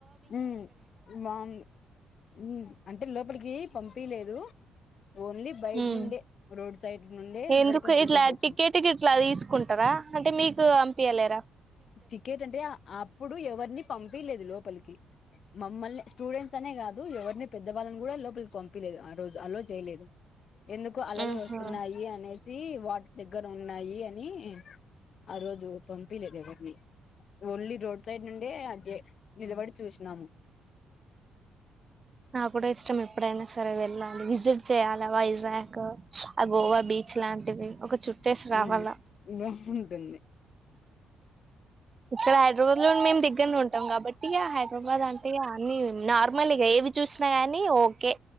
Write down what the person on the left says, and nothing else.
ఉ బావుంది మ్ అంటే లోపలికి పంపిలేదు ఓన్లీ బయట
నుండే రోడ్ సైడ్ నుండే నిలబడుకొని
చూసేసొచ్చినం
టికెట్ అంటే అప్పుడు ఎవరిని పంపీలేదు లోపలికి మమ్మల్ని స్టూడెంట్స్ అనే కాదు ఎవరిని పెద్దవాళ్ళని కూడా లోపలకి పంపిలేదు. ఆ రోజు అలో చేయలేదు ఎందుకు అలలు
వస్తున్నాయి అనే సీ వాట్ దగ్గర ఉన్నాయి అని ఆ రోజు పంపియ్ లేదు వి ఓల్లి రోడ్ సైడ్ నుండే అంకె, నిలబడి చూస్నము.
ఉమ్ బాగుంటుంది